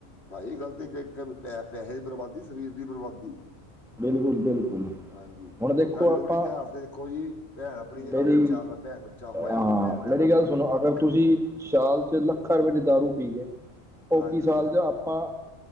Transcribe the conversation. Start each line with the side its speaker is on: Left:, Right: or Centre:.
Left: ਬਾਈ ਗਲਤ ਇੱਕ ਇੱਕ ਪੈ ਪੈਸੇ ਦੀ ਬਰਬਾਦੀ ਸਰੀਰ ਦੀ ਬਰਬਾਦੀ
Centre: ਬਿਲਕੁਲ ਬਿਲਕੁਲ
Left: ਹਾਂਜੀ
Centre: ਹੁਣ ਦੇਖੋ
Left: ਨਾਲ ਲੋਹੜੀ
Centre: ਆਪਾਂ
Left: ਤਿਉਹਾਰ ਤੇ ਦੇਖੋ ਜੀ ਭੈਣ ਆਪਣੀ ਜਰ
Centre: ਮੇਰੀ
Left: ਬੱਚਾ ਭੈਣ ਬੱਚਾ ਹੋਇਆ
Centre: ਹਾਂ
Left: ਹੋਵੇ ਭੈਣ ਦੇ
Centre: ਮੇਰੀ
Left: ਘਰ
Centre: ਗੱਲ ਸੁਣੋ ਅਗਰ
Left: ਤੇ ਕਦੀ
Centre: ਤੁਸੀਂ ਸ਼ਾਲ ਚ ਲੱਖਾਂ ਰੁਪਏ ਦੇ ਦਾਰੂ ਪੀ ਗ ਉਹੀ
Left: ਹਾਂਜੀ
Centre: ਸਾਲ ਜ ਆਪਾਂ